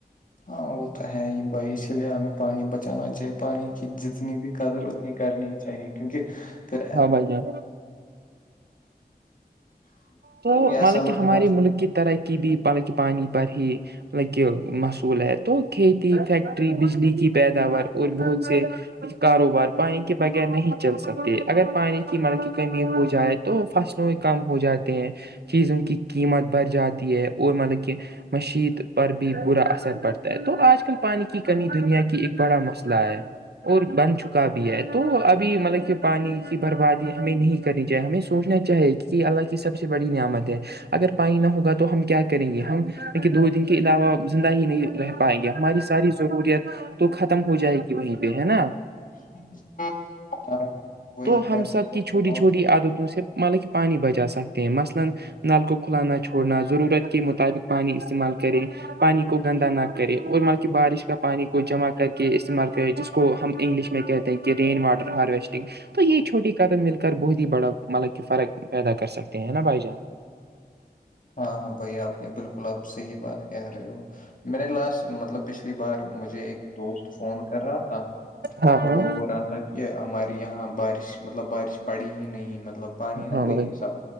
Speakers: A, on the left; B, on the right.
A: ہاں وہ تو ہے ہی بھائی اسی لیے ہمیں پانی بچانا چاہی پانی کی جتنی بھی قدر اتنی کرنی چاہیے کیونکہ پھر <inaudible>
B: ہاں بھائی جان تو
A: کبھی ایسا
B: مطلب کہ
A: وقت
B: ہمارے
A: آتا
B: ملک
A: ہے۔
B: کی ترقی بھی مطلب کہ پانی پر ہی مط کہ مصول ہے تو کھیتی فیکٹری بجلی کی پیداوار اور بہت سے کاروبار پانی کے بغیر نہیں چل سکتے اگر پانی کی مرب کی کمی ہو جائے تو فصلوں کم ہو جاتے ہیں چیزوں کی قیمت بڑھ جاتی ہے اور مطلب کہ مشت پر بھی برا اثر پڑتا ہے تو آج کل پانی کی کمی دنیا کی ایک بڑا مسئلہ ہے اور بن چکا بھی ہے تو ابھی مطلب کہ پانی کی بربادی ہمیں نہیں کرنی چائے ہمیں سوچنا چاہے کہ اللہ کی سب سے بڑی نعمت ہے اگر پانی نہ ہوگا تو ہم کیا کریں گے ہم دو دن کے علاوہ زندہ ہی نہیں رہ پائیں گے ہماری ساری ضروریت تو ختم ہو جائے گی وہیں پہ ہے نا
A: <inaudible>
B: تو
A: میں
B: ہم
A: بھی
B: سب
A: سوچ
B: کی چھوٹی
A: رہا ہوں
B: چھوٹی
A: کہ
B: عادتوں سے مطلا کے پانی بچا سک مثلن کو کھلانا چھوڑنا ضرورت کے مطابق پانی استعمال کریں پانی کو گندا نہ کرے اور ملکہ بارش کا پانی کو جم کر کے استعمال کیا جس کو ہم انگلش میں کہتے ہیں کہ رین واٹر ہارویسٹنگ تو یہ چھوٹی قدم مل کر بہت ہی بڑا مطلب کہ فرق پیدا کر سکتے ہیں نا بھائی جان
A: ہاںاں بھائی آپ نے بالکل آپ صحیح بات کہہ رہے ہو میں نے لاسٹ مطلب پچھلی بار مجھے ایک دوست فون کر رہا تھا
B: ہاں
A: تو
B: ہاں
A: وہ بول رہا تھا کہ ہمارے یہاں بارش مطلب بارش پڑی ہی نہیں مطلب مطلب پانی نا
B: ہاں
A: وہی
B: بھائی
A: سب